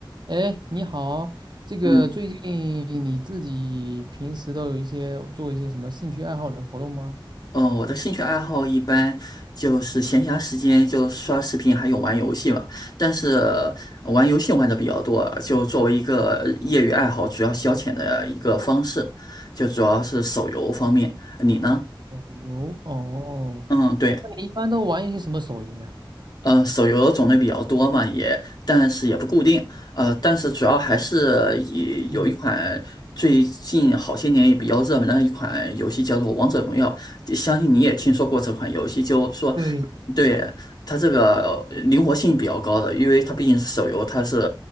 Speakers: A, on the right; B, on the left.
A: 哎，你好，这个最近
B: 嗯，
A: 你自己平时都有一些做一些什么兴趣爱好的活动吗？
B: 哦，我的兴趣爱好一般就是闲暇时间就刷视频，还有玩游戏嘛。但是呃玩游戏玩的比较多，就作为一个业余爱好，主要消遣的一个方式，就主要是手游方面。你呢？
A: 手游哦，
B: 嗯，对。
A: 那你一般都玩一些什么手游嘞？
B: 呃，手游种类比较多嘛，也但是也不固定，呃，但是主要还是以有一款最近好些年也比较热门的一款游戏叫做《王者荣耀》，
A: 嗯，
B: 相信你也听说过这款游戏，就说
A: 对，
B: 对它这个呃灵活性比较高的，因为它毕竟是手游，它是